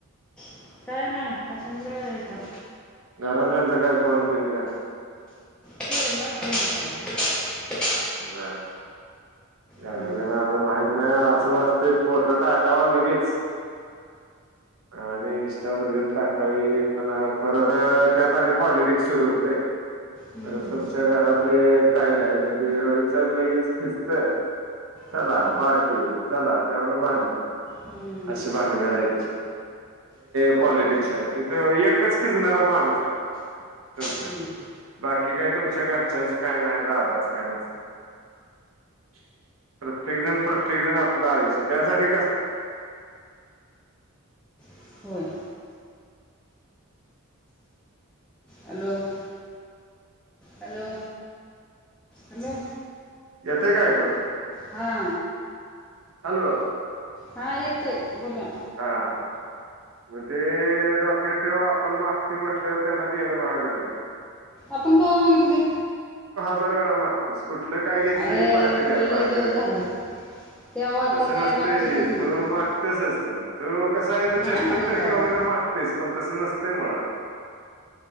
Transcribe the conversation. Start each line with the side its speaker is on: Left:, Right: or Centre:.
Centre: <inaudible> काही नाही अस म्हलं का
Right: घरातल्यांचा <inaudible> फोन बिन का
Centre: अ एला तमताले
Right: <inaudible>
Centre: <inaudible>
Right: ब घरातल्याना
Centre: हम्म,
Right: अजून माहित नाही अस वाटत फोटो टाकावा लगेच आणि <inaudible> त्यावर रल टाकावी पण परत त्यात आणि पॉलिटिक्स सुरू होते <inaudible> <inaudible>
Centre: हम्म,
Right: खरं तुमच्या घरातले काही नाही पण तु रोहित साहेब लगेच खिचत <inaudible> चला
Centre: हम्म,
Right: पारक येऊ चला त्यावन बांधण
Centre: हम्म,
Right: असशी बाणगडायच <inaudible> पॉलिटिक्स हाय, तिथे एकच खिचणारा माणूस हाय. <inaudible> तुमच
Centre: हम्म.
Right: बाकी काही तुमच्या घरच्यांचं काय नाही दादाचं काय नसत <inaudible> प्रत्येकजण प्रत्येक जण आपलं आयुष्य त्यासाठी कस
Centre: <inaudible> होय. Hello <inaudible> <inaudible> hello hello.
Right: येतय का ऐकू.
Centre: हा.
Right: हॅलो.
Centre: हा येतय बोला.
Right: हा. मग ते डोक्यात ठेव आपण मागतो म्हटल्यावर त्यांना देणं भागच हाय.
Centre: आपण कव्हा मागितलय?
Right: हजार वेळा मागतेस कुठलं काय घेतलं
Centre: आहे
Right: की पार्टी द्या
Centre: त्याला
Right: पार्टी
Centre: लय दिवस
Right: द्या.
Centre: झालं तेव्हा आता
Right: तसं
Centre: काय
Right: नसतंय
Centre: बातचीतच
Right: ते, तो
Centre: नाही
Right: मागत्यासच तो कसा आहे, त
Centre: नाही
Right: चेष्टात
Centre: रे
Right: तरी
Centre: बाबा
Right: का होईना मागतेस पण तस नसत ते मुळात